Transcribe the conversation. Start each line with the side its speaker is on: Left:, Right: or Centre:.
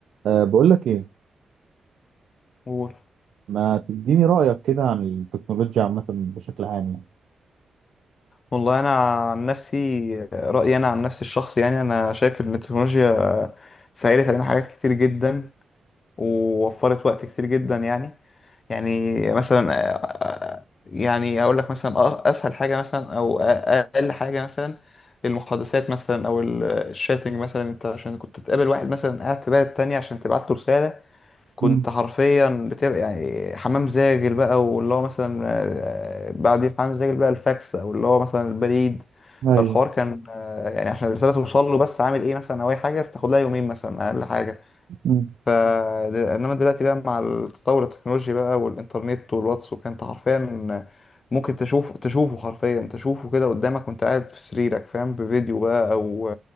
Right: أه بقول لك ايه
Left: قول
Right: ما تديني رأيك كده عن التكنولوجيا عامة بشكل عام يعني
Left: والله انا عن نفسي رايي انا عن نفسي الشخصي يعني انا شايف ان التكنولوجيا سهلت علينا حاجات كتير جدا ووفرت وقت كتير جدا يعني يعني مثلا آه، يعني اقول لك مثلا أ- اسهل حاجه مثلا او أ- اقل حاجه مثلا المحادثات مثلا او ال- الشاتنج مثلا انت عشان كنت تقابل واحد مثلا قاعد في بلد تانية عشان تبعت له رساله كنت
Right: مم.
Left: حرفيا بتبقى يعني حمام زاجل بقى واللي هو مثلا آه، بعد حمام زاجل بقى الفاكس او اللي هو مثلا البريد
Right: ايوه
Left: فالحوار كان آه، يعني عشان الرساله توصل له بس عامل ايه مثلا او اي حاجه بتاخد لها يومين مثلا اقل حاجه
Right: مم.
Left: ف انما دلوقتي بقى مع التطور التكنولوجي بقى والانترنت والواتس وكان انت حرفيا ممكن تشوف تشوفه حرفيا تشوفه كده قدامك وانت قاعد في سريرك فاهم بفيديو بقى او